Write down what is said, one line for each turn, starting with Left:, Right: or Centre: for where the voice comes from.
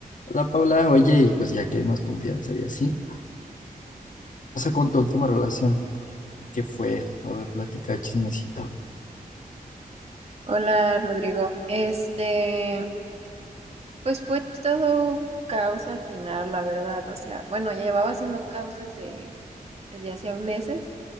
Left: Hola Paula, oye, y pues ya que hay más confianza y así, ¿qué pasó con tu última relación? ¿Qué fue? A ver, platica chismecito.
Right: Hola Rodrigo, este, pues fue todo un caos al final, la verdad, o sea, bueno, ya llevaba haciendo caos desde, desde hacía meses,